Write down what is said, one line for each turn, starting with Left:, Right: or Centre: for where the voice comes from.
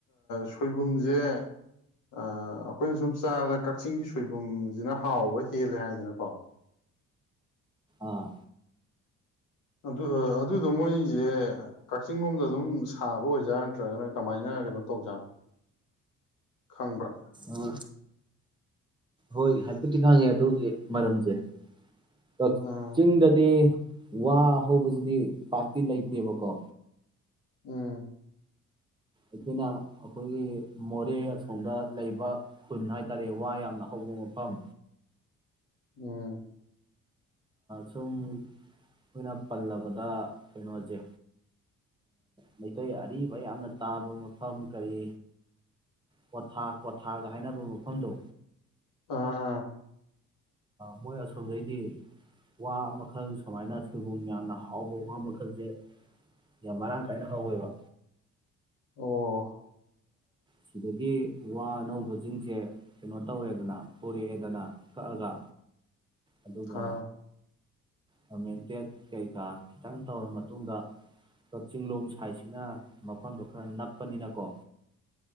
Left: ꯁꯣꯏꯕꯨꯝꯁꯦ ꯑꯩꯈꯣꯏꯅ ꯁꯨꯝ ꯆꯥꯗ ꯀꯛꯆꯤꯡꯒꯤ ꯁꯣꯏꯕꯨꯝꯁꯤꯅ ꯍꯥꯎꯕ ꯍꯦꯜꯂꯦ ꯍꯥꯏꯗꯅꯀꯣ
Right: ꯑꯥ
Left: ꯑꯗꯨ ꯑꯗꯨꯗꯣ ꯃꯣꯏꯁꯦ ꯀꯛꯆꯤꯡ ꯂꯣꯝꯗ ꯑꯗꯨꯝ ꯁꯥꯕ ꯑꯣꯏꯖꯥꯠꯥ ꯅꯠꯇ꯭ꯔꯒꯅ ꯀꯃꯥꯏꯅ ꯀꯩꯅꯣ ꯇꯧꯖꯥꯠꯅꯣ ꯈꯪꯕ꯭ꯔꯥ
Right: ꯑ ꯍꯣꯏ ꯍꯥꯏꯐꯦꯠꯇꯤ ꯈꯪꯉꯦ ꯑꯗꯨꯒꯤ ꯃꯔꯝꯁꯦ ꯇꯠ
Left: ꯎꯝ
Right: ꯆꯤꯗꯗꯤ ꯋꯥ ꯍꯧꯕꯁꯤꯗꯤ ꯄꯥꯛꯇꯤ ꯂꯩꯇꯦꯕꯀꯣ
Left: ꯎꯝ
Right: ꯑꯩꯈꯣꯏꯅ ꯑꯩꯈꯣꯏꯒꯤ ꯃꯣꯔꯦ ꯑꯁꯣꯡꯗ ꯂꯩꯕ ꯈꯨꯟ ꯍꯥꯏꯇꯥꯔꯦ ꯋꯥ ꯌꯥꯝꯅ ꯍꯧꯕ ꯃꯐꯝ
Left: ꯎꯝ
Right: ꯁꯨꯝ ꯑꯩꯈꯣꯏꯅ ꯄꯜꯂꯕꯗ ꯀꯩꯅꯣꯁꯦ ꯃꯩꯇꯩ ꯑꯔꯤꯕ ꯌꯥꯝꯅ ꯇꯥꯕ ꯃꯐꯝ ꯀꯔꯤ ꯀ꯭ꯋꯥꯊꯥ ꯀ꯭ꯋꯥꯊꯥꯒ ꯍꯥꯏꯅꯕ ꯃꯐꯝꯗꯣ
Left: ꯑꯥ ꯑꯥ
Right: ꯃꯣꯏ ꯑꯁꯣꯝꯗꯩꯗꯤ ꯋꯥ ꯃꯈꯜ ꯁꯨꯃꯥꯏꯅ ꯁꯣꯏꯕꯨꯝ ꯌꯥꯝꯅ ꯍꯥꯎꯕ ꯋꯥ ꯃꯈꯜꯁꯦ ꯌꯥꯝ ꯃꯔꯥꯡ ꯀꯥꯏꯅ ꯍꯧꯥꯎꯋꯦꯕ
Left: ꯑꯣ
Right: ꯁꯤꯗꯒꯤ ꯋꯥ ꯑꯅꯧꯕꯁꯤꯡꯁꯦ ꯀꯩꯅꯣ ꯇꯧꯔꯦꯗꯅ ꯄꯨꯣꯔꯛꯑꯦꯗꯅ ꯀꯛꯑꯒ ꯑꯗꯨꯒ
Left: ꯑꯥ
Right: ꯑꯣꯔꯃꯦꯟꯇꯦꯠ ꯀꯩꯀꯥ ꯈꯤꯇꯪ ꯇꯧꯔꯕ ꯃꯇꯨꯡꯗ ꯀꯛꯆꯤꯡꯂꯣꯡ ꯁꯥꯏꯠꯁꯤꯅ ꯃꯐꯝꯗꯣ ꯈꯔ ꯅꯞꯄꯅꯤꯅꯀꯣ